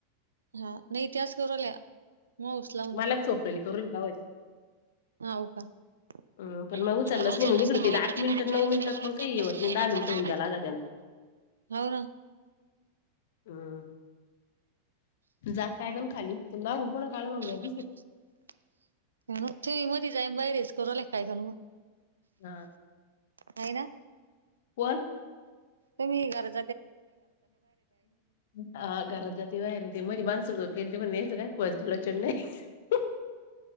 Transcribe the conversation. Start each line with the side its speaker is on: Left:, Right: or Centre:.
Right: हा नाही त्याच करू राहिल्या. मग उचला
Left: मलाक चोपडली करू कावाज
Right: हा. हो का?
Left: हम पण
Right: <unintelligible>
Left: मग उचललंच नाही मग इकडे ते आठ मिनिटं नऊ मिनिटात मग काही येवत नाही दहा मिनिटं होऊन द्या लागा
Right: होव ना.
Left: हम्म जात काय पण खाली पण नाव <unintelligible> काळ <unintelligible>
Right: काण तु म र जाईम बा रेस कर ललेखा ए खन मग
Left: हा
Right: आहे ना
Left: कोण
Right: त मी गरज
Left: हा घरज जात वय र ते मदी माणस झोपेल ते पण पयचं काय पण लचण नाही